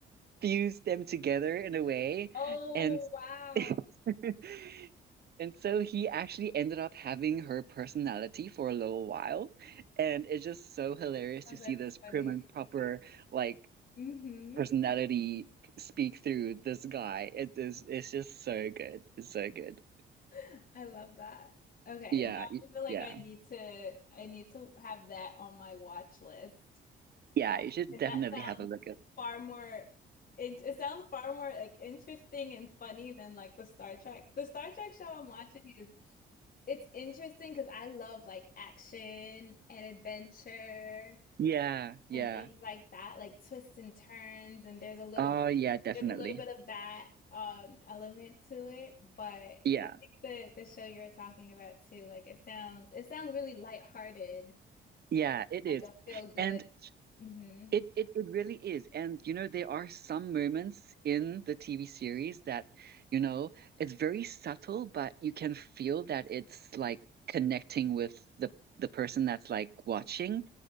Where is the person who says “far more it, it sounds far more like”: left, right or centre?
Left